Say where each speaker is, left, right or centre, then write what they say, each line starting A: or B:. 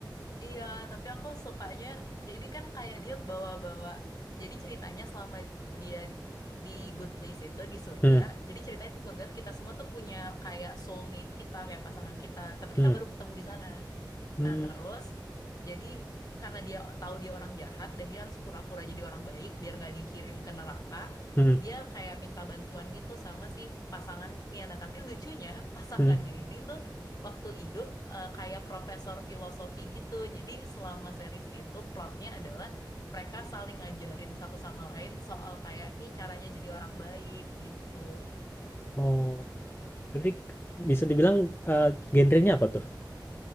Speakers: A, on the left; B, on the left.
A: iya, tapi aku sukanya. Jadi kan kayak dia bawa-bawa. Jadi ceritanya selama dia di Good Place itu di surga.
B: Hmm,
A: Jadi ceritanya di surga kita semua tuh punya kayak soulmate kita kayak pasangan kita. Tapi
B: hmm,
A: kita baru ketemu di sana.
B: hmm,
A: Nah, terus jadi karena dia tahu dia orang jahat dan dia harus pura-pura jadi orang baik biar nggak dikirim ke neraka,
B: hmm,
A: dia kayak minta bantuan gitu sama si pasangannya. Nah, tapi lucunya <laughs> pasangannya
B: hmm.
A: ini tuh waktu hidup eh, kayak profesor filosofi gitu. Jadi selama series itu plotnya adalah mereka saling ngajarin satu sama lain soal kayak nih caranya jadi orang baik gitu.
B: Oh, jadi bisa dibilang eh, genrenya apa tuh?